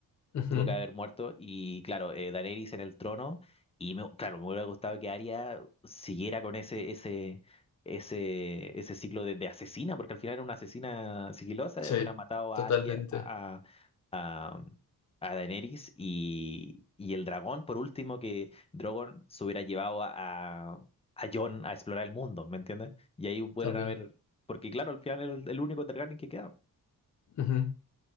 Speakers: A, on the left (about 50°); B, on the left (about 15°).
A: uh-huh.
B: tuvo que haber muerto. Y claro, eh, Daenerys en el trono. Y me- claro, me hubiera gustado que Arya siguiera con ese, ese, ese, ese ciclo de, de asesina, porque al final era una asesina sigilosa,
A: Sí,
B: eh, hubiera matado
A: totalmente.
B: a alguien, a, a, a Daenerys y, y el dragón, por último, que Drogon se hubiera llevado a, a, a Jon a explorar el mundo, ¿me entiendes? Y ahí pudieran
A: También.
B: haber, porque claro, al final era el, el único Targaryen que queda.
A: uh-huh.